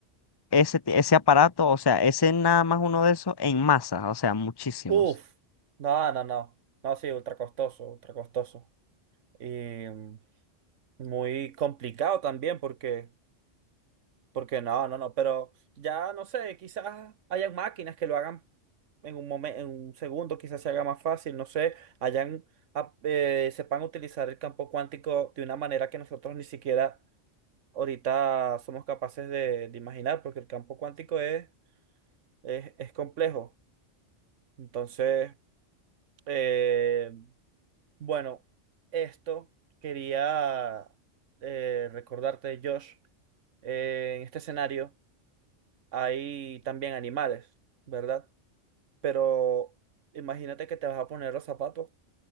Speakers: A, on the left (about 25°); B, on the right (about 80°).
A: ese, t- ese aparato, o sea, ese nada más uno de esos en masa, o sea, muchísimos.
B: Uf, no, no, no. No, sí, ultra costoso, ultra costoso. Y mm, muy complicado también porque, porque no, no, no, pero ya no sé, quizás hayan máquinas que lo hagan en un momento, en un segundo, quizás se haga más fácil, no sé, hayan, ap- eh, sepan utilizar el campo cuántico de una manera que nosotros ni siquiera ahorita somos capaces de, de imaginar, porque el campo cuántico es, es, es complejo. Entonces, eh, bueno, esto quería eh, recordarte, Josh, eh, en este escenario hay también animales, ¿verdad? Pero imagínate que te vas a poner los zapatos